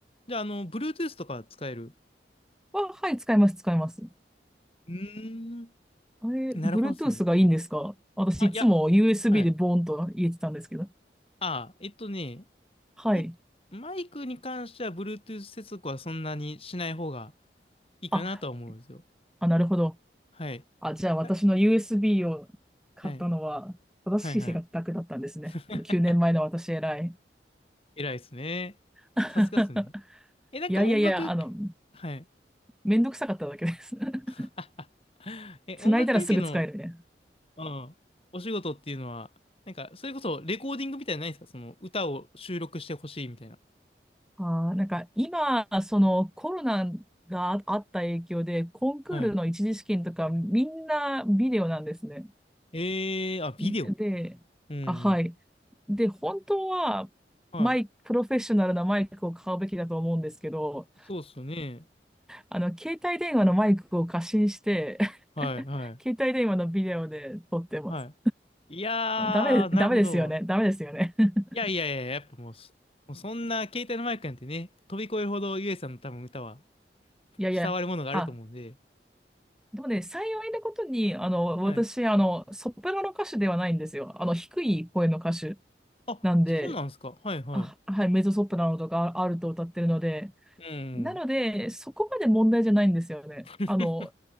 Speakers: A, on the left; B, in the centre.
A: じゃあ、あの、Bluetooth とか使える。
B: あ、はい、使います、使います。
A: うーん、
B: あれ、Bluetooth
A: なるほどですね。
B: がいいんですか私、
A: あ、
B: いつも
A: いや、
B: USB
A: はい。
B: でボーンと入れてたんですけど。
A: あ、えっとね、
B: はい。
A: お、マイクに関しては Bluetooth 接続はそんなにしない方がいいかなとは思うんですよ。
B: あ、あ、なるほど。
A: はい。
B: あ、じゃあ私の
A: あ
B: USB を買ったのは正しい生活だけだったんですね。
A: はい、はい、はい。<laughs>
B: その9年前の私偉い。
A: 偉いですね。
B: <laughs>
A: さすがっすね。え、なんか音楽、
B: いやいやいや、あの、
A: はい。
B: めんどくさかっただけです。<laughs>
A: <laughs> え、
B: 繋いだらすぐ使えるね。
A: 音楽関係の、うん、お仕事っていうのは、なんか、それこそレコーディングみたいなのないですかその歌を収録してほしいみたいな。
B: あー、なんか今、そのコロナがああった影響で、コンクールの一次試験とかみんなビデオなんですね。
A: はい。えー、あ、ビデオ。
B: で、
A: うん。
B: あ、はい。で、本当はマイク、
A: は
B: プロフェッショナルなマイクを買うべきだと思うんですけど、
A: い。そうっすよね。
B: あの、携帯電話のマイクを過信して、
A: はい、
B: <laughs>
A: はい、
B: 携帯電話のビデオで撮ってます。
A: はい。いやー、
B: ダメ、ダメですよね。
A: なるほど。
B: ダメですよね。<laughs>
A: いやいやいや、やっぱもうそ、もうそんな携帯のマイクなんてね、飛び越えるほどゆえさんの多分歌は
B: いやいや、
A: 伝わるものがあると思うんで、
B: あ、でもね、幸いなことに、あの、私、
A: はい。
B: あの、ソプラノ歌手ではないんですよ。あの、低い声の歌手
A: あ、
B: なんで、
A: そうなんですか。はいはい。
B: あ、はい、メゾソプラノとかアルトを歌ってるので、
A: うん。
B: なので、そこまで問題じゃないんですよね。
A: <laughs>
B: あの、